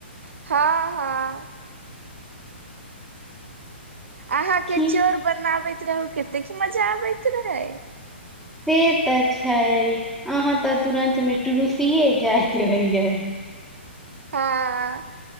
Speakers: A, on the right; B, in the centre.
A: <inaudible> हँ- हँ। अहाँ
B: की
A: के चोर बनाबैत रहू केतेक मजा आबैत रहे?
B: से तऽ छै, अहाँ तऽ तुरन्त मे टु रूसीेये जाइत रहियै।
A: हँ,